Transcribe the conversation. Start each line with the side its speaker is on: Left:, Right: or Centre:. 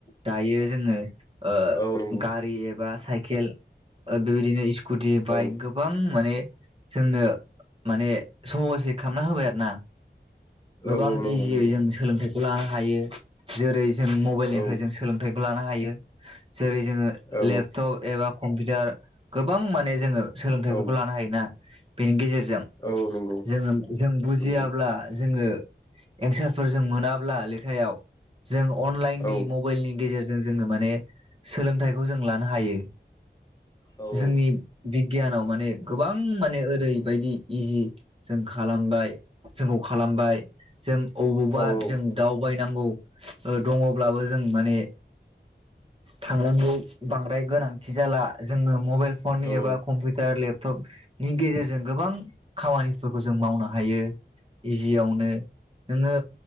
Right: दायो जोङो ओ
Left: औ नंगौ
Right: गारि एबा साइकेल ओ बेबायदिनो इस स्कुटि बाइक
Left: औ
Right: गोबां माने जोंनो माने सहसै खालामना होबाय आरो ना
Left: औ
Right: गोबां
Left: औ नंगौ
Right: इजियै
Left: नंगौ
Right: जों सोलोंथाइ <unintelligible> जों मबाइलनिफ्राय
Left: औ
Right: जों सोलोंथाइ लानो हायो जेरै जोङो
Left: औ
Right: लेपटप एबा कम्पिउटार गोबां माने जोङो सोलोंथाइफोरखौ
Left: औ
Right: लानो हायोना। बेनि गेजेर जों
Left: औ नंगौ
Right: जोङो जों बुजियाब्ला
Left: नंगौ
Right: जोङो एन्सारफोर जों मोनाब्ला लेखायाव जों अनलाइननि
Left: औ
Right: मबाइलनि गेजेरजों जों जोङो माने सोलोंथाइखौ जों लानो हायो
Left: औ
Right: जोंनि
Left: औ औ नंगौ
Right: बि गियानाव माने गोबां माने ओरैबायदि इजि जों खालामबाय जोंखौ खालामबाय जों अबावबा
Left: औ औ
Right: जों
Left: औ
Right: दावबाय दब्लाबो जों माने थांनांगौ बांद्राय गोनांथि जाला जों मबाइल फन
Left: औ
Right: एबा
Left: औ
Right: कम्पिउटार लेब थब नि गेजेरजों गोबां खामानिफोरखौ जों मावनो हायो इजियावनो नोङो